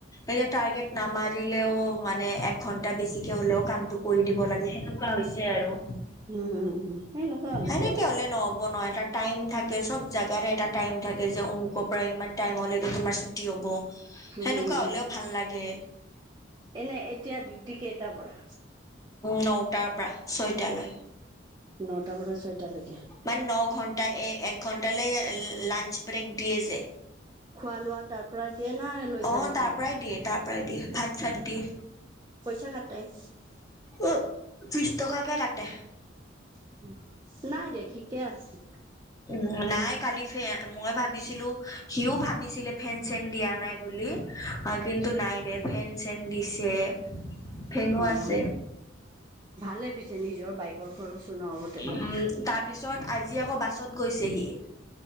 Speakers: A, on the left (about 20°); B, on the right (about 20°).
A: এয়া টাৰ্গেট নামাৰিলেও মানে একঘন্টা বেছিকে হ'লেও কামটো কৰি দিব লাগে সেনেকোৱা হৈছে আৰু
B: উম উম এনেকুৱা হ'লে
A: হয়
B: বেয়া
A: নেকে হলে নহ'ব নয় তাত টাইম থাকে সব জোগাৰে এটা টাইম থাকে যে অমুকৰ পৰা ইমান টাইম লকে তোমাৰ হব সেনেকুৱা
B: উম
A: হলেও ভাল লাগে
B: এনে এতিয়া ডিউটি কেইটাৰ পৰা
A: নটাৰ পৰা ছয়টালৈ
B: নটাৰ পৰা ছয়টালৈকে
A: মানে ন ঘন্টা এ এক ঘণ্টাালৈ লাঞ্চ ব্ৰেক দিয়ে যায়
B: খোৱা লোৱা তাৰ পৰা দিয়ে নাই লৈ
A: অ
B: যাব
A: তাৰ
B: লাগে
A: পৰাই দিয়ে তাৰ পৰাই দিয়ে ভাত চাত দিয়ে
B: পইচা কটাই
A: অ বিশছ টকাকে কাটে
B: উম দেই ঠিকে আছে
A: উম নাই কালি ফে মই ভাবিছিলো সিও ভাবিছিলে ফেন চেন দিয়া নাই বুলি কিন্তু নাই দে ফেন চেন দিছে ফেনো
B: অ
A: আছে
B: ভালে পিছে নিজৰ বাইকৰ খৰচ <unintelligible>
A: উম তাৰ পিছত আজি আকৌ বাছত গৈছেহি